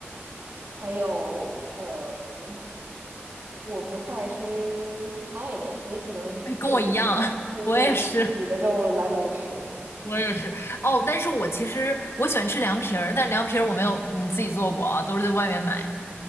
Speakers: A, on the right; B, on the left.
A: 还有，呃，我不太爱吃菜的，所以可能就是肉就就这几个肉来回吃。
B: 哎，跟我一样，<laughs> 我也是，我也是。哦，但是我其实我喜欢吃凉皮儿，但是凉皮儿我没有嗯自己做过啊，都是在外面买。